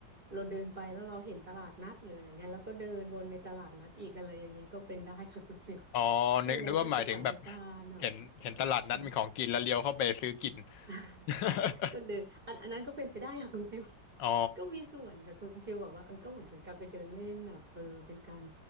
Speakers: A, on the right; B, on the left.
A: เราเดินไปแล้วเราเห็นตลาดนัดหรืออะไรเงี้ยแล้วก็เดินวนในตลาดนัดอีกอะไรอย่างเงี้ยก็เป็นได้ค่ะคุณฟิล
B: อ๋อนึกนึกว่าหมายถึงแบบ
A: <laughs> มันแล้วแต่สถานการณ์อ่ะ
B: เห็นเห็นตลาดนัดมีของกินแล้วเลี้ยวเข้าไปซื้อกิน
A: อืม <laughs>
B: <laughs>
A: ก็เดินอันอันนั้นก็เป็นไปได้ค่ะคุณฟิล <laughs>
B: อ๋อ
A: ก็มีส่วนค่ะคุณฟิลบอกว่าเออก็เหมือนเป็นการไปเดินเล่นแบบเออเป็นการ